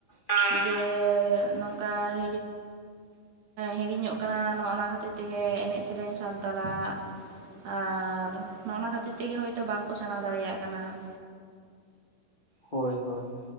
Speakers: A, on the left; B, on the right.
A: ᱾
B: ᱡᱮ ᱱᱚᱝᱠᱟ <unintelligible> ᱦᱤᱲᱤᱧᱚᱜ ᱠᱟᱱᱟ ᱱᱚᱣᱟ ᱚᱱᱟ ᱠᱷᱟᱹᱛᱤᱨ ᱛᱮᱜᱮ ᱮᱱᱮᱡ ᱥᱮᱨᱮᱧ ᱥᱟᱱᱛᱟᱞᱟᱜ ᱾ ᱟᱨ ᱱᱚᱜ ᱱᱟ ᱠᱷᱟᱹᱛᱤᱨ ᱛᱮᱜᱮ ᱦᱳᱭᱛᱳ ᱵᱟᱝᱠᱚ ᱥᱮᱬᱟ ᱫᱟᱲᱮᱭᱟᱜ ᱠᱟᱱᱟ ᱾
A: ᱦᱳᱭ ᱦᱳᱭ ᱾